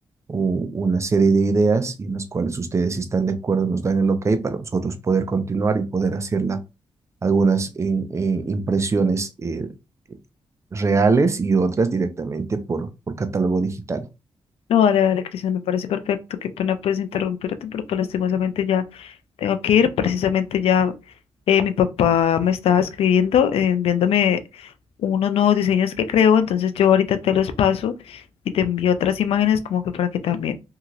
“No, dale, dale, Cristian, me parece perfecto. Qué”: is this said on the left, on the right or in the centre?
Left